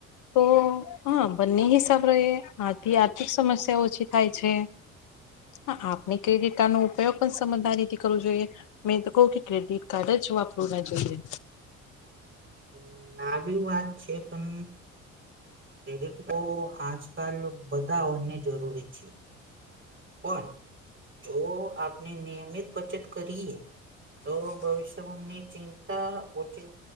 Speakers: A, on the left (about 45°); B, on the right (about 30°).
A: તો હા બને હી સાબ રહે આથી આર્થિક સમસ્યા ઓછી થાય છે. હ આપણે કઈ રીતા નો ઉપયોગ પણ સમજદારીથી કરવો જોઈએ મેં તો કહું કે ક્રેડિટ કાર્ડ જ વાપરવુ ના જોઈએ.
B: હમ્મ આબી વાત છે પણ ક્રેડિટ તો આજકાલ બધાઓને જરૂરી છે. પણ જો આપણે નિયમિત બચત કરીએ. તો ભવિષ્યની ચિંતા ઓછી